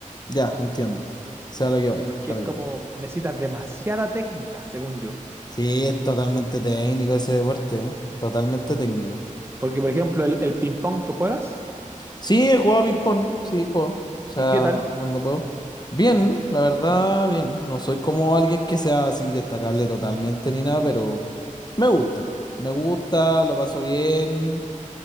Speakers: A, on the left; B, on the right.
A: Ya, entiendo. Sea lo que vais,
B: porque
A: sea
B: es
A: lo
B: como
A: que vais.
B: necesitas demasiada técnica, según yo.
A: Sí, es totalmente técnico ese deporte, ¿eh? Totalmente técnico.
B: Porque, por ejemplo, el, el ping-pong tú juegas,
A: Sí, he jugado a ping-pong, sí, he jugado. O sea,
B: ¿y qué tal?
A: cuando puedo. Bien, la verdad, bien. No soy como alguien que sea así destacable totalmente ni nada, pero me gusta. Me gusta, lo paso bien,